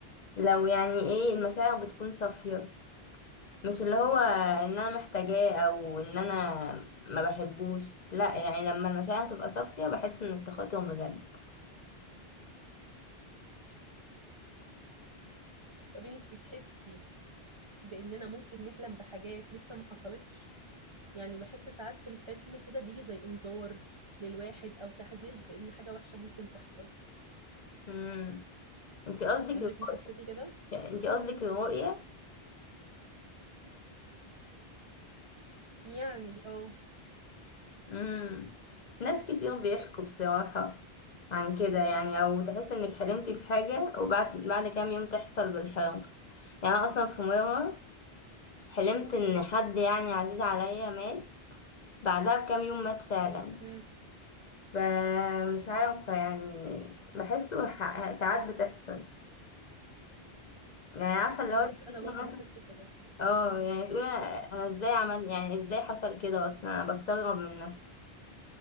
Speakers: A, on the left (about 50°); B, on the right (about 40°).
A: لو يعني ايه المشاعر بتكون صافية مش اللي هو ان انا محتاجاه او ان انا ما بحبوش لا يعني لما المشاعر تبقى صافية بحس ان التخاطر بجد
B: طب انتي تحسي باننا ممكن نحلم بحاجات لسه ما حصلتش يعني بحس ساعات في الحلم كده بيجي زي انذار للواحد او تحذير بان حاجه وحشه ممكن تحصل
A: امم انت قصدك
B: عمرك
A: الرؤ-
B: ما حسيتي كده
A: انت قصدك الرؤية
B: يعني اه
A: امم ناس كتير بيحكوا بصراحة عن كده يعني او تحس انك حلمتي بحاجة وبعد بعد كام يوم تحصل بالحرف يعني أنا اصلا في مرة حلمت ان حد يعني عزيز عليا مات بعدها بكام يوم مات فعلا
B: امم
A: فمش عارفة يعني بحسه ح- ساعات بتحصل يعني عارفة اللي
B: انا
A: هو
B: بيح...
A: تفتكر
B: انا برضو
A: مثلا
B: بحس كده
A: اه يعني تقول انا أنا ازاي عمل يعني ازاي حصل كده اصلا انا بستغرب من نفسي